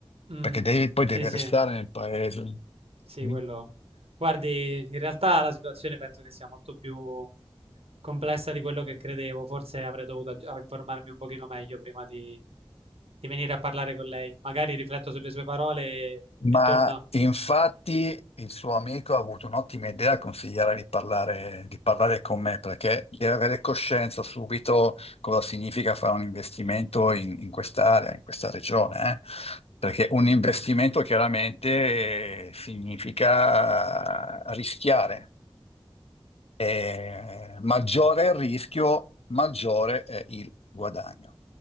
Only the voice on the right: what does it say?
Mm,
sì, sì.
Sì,
quello. Guardi, in realtà la situazione penso che sia molto più complessa di quello che credevo. Forse avrei dovuto aggi- informarmi un pochino meglio prima di, di venire a parlare con lei. Magari rifletto sulle sue parole e,
e torno.